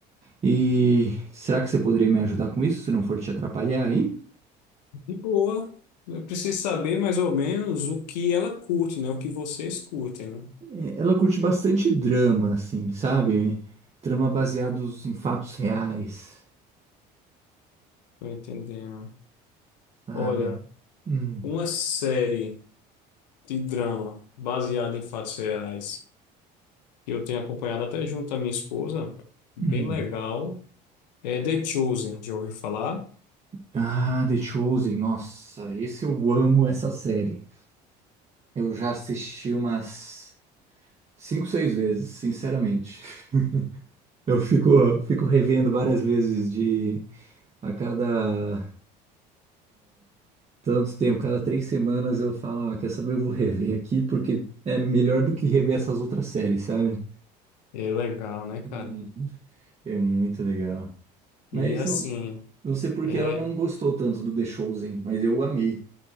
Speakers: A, on the right (about 30°); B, on the left (about 85°).
A: E será que você poderia me ajudar com isso, se não for te atrapalhar aí?
B: De boa. Eu preciso saber mais ou menos o que ela curte, né? O que vocês curtem, né?
A: É, Ela curte bastante drama, assim, sabe? Drama baseados em fatos reais,
B: Tô entendendo.
A: sabe?
B: Olha,
A: Hum,
B: uma série de drama baseada em fatos reais que eu tenho acompanhado até junto à minha esposa, bem
A: hum.
B: legal. É The Chosen, já ouviu falar?
A: Ah, The Chosen. Nossa, esse eu amo essa série. Eu já assisti umas cinco, seis vezes, sinceramente. <laughs> Eu fico, fico revendo várias vezes de a cada tanto tempo, cada três semanas eu falo, ah, quer saber, eu vou rever aqui porque é melhor do que rever essas outras séries, sabe?
B: É legal, né, cara?
A: Uhum. É muito legal. Mas
B: E assim,
A: não, não sei por
B: é,
A: que ela não gostou tanto do The Chosen, mas eu amei.